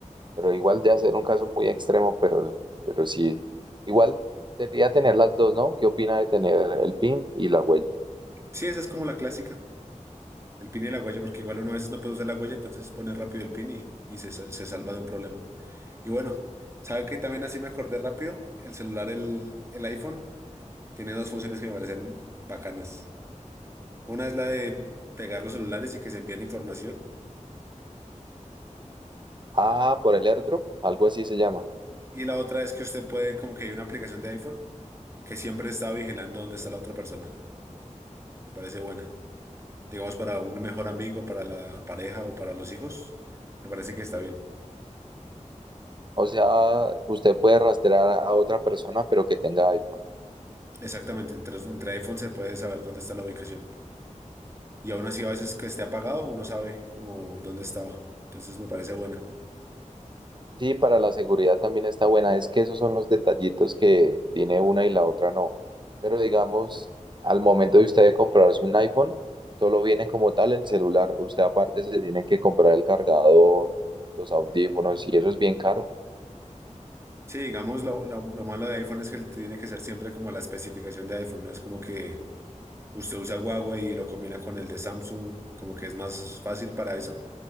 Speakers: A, on the right (about 35°); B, on the right (about 20°).
A: pero igual ya ser un caso muy extremo, pero, pero sí, igual sería tener las dos, ¿no? ¿Qué opina de tener el PIN y la huella?
B: Sí, esa es como la clásica, el PIN y la huella, porque igual uno a veces no puede usar la huella, entonces pone rápido el PIN y, y se, sal- se salva de un problema. Y bueno, ¿sabe que también así me acordé rápido? El celular, el, el iPhone, tiene dos funciones que me parecen bacanas. Una es la de pegar los celulares y que se envíen información.
A: Ah, por el airdrop, algo así se llama.
B: Y la otra es que usted puede, como que hay una aplicación de iPhone que siempre está vigilando dónde está la otra persona. Me parece buena. Digamos, para un mejor amigo, para la pareja o para los hijos, me parece que está bien.
A: O sea, usted puede rastrear a otra persona, pero que tenga iPhone.
B: Exactamente, entre, entre iPhone se puede saber dónde está la ubicación. Y aún así, a veces que esté apagado, uno sabe como dónde estaba. Entonces me parece buena.
A: Sí, para la seguridad también está buena. Es que esos son los detallitos que tiene una y la otra no. Pero digamos, al momento de usted comprarse un iPhone, solo viene como tal el celular. Usted aparte se tiene que comprar el cargador, los audífonos y eso es bien caro.
B: Sí, digamos, lo, lo, lo malo de iPhone es que tiene que ser siempre como la especificación de iPhone. No es como que Usted usa Huawei y lo combina con el de Samsung, como que es más fácil para eso,